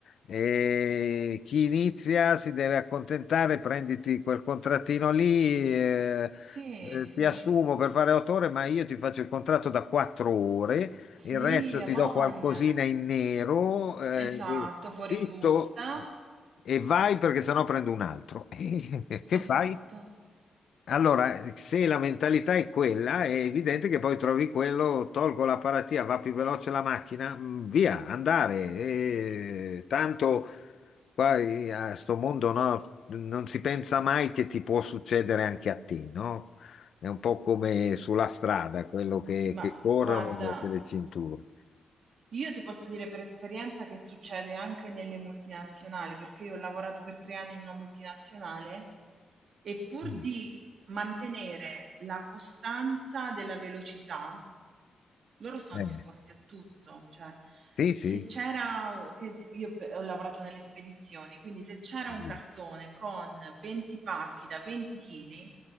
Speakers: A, on the left; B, on the right.
A: eh, chi inizia si deve accontentare, prenditi quel contrattino lì, eh,
B: Sì,
A: eh,
B: sì,
A: ti assumo per fare otto ore, ma io ti faccio il contratto da quattro ore
B: sì,
A: il resto
B: ha
A: ti
B: voglia.
A: do qualcosina in nero, eh,
B: Esatto,
A: e
B: fuori
A: zitto
B: busta,
A: e vai perché sennò prendo un altro. <laughs> E Che
B: esatto.
A: fai? Allora, se la mentalità è quella, è evidente che poi trovi quello, tolgo la paratia, va più veloce la macchina, mm, via, andare. E tanto qua eh, a sto mondo no, non si pensa mai che ti può succedere anche a te, no? È un po' come sulla strada, quello che,
B: Ma
A: che corrono
B: guarda,
A: e mette le cinture.
B: Io ti posso dire per esperienza che succede anche nelle multinazionali, perché io ho lavorato per tre anni in una multinazionale e pur
A: Mm.
B: di mantenere la costanza della velocità, loro sono
A: Eh,
B: disposti a tutto, cioè
A: Sì, sì,
B: se c'era, che io pe- ho lavorato nelle spedizioni, quindi se c'era
A: sì.
B: un cartone con 20 pacchi da 20 kg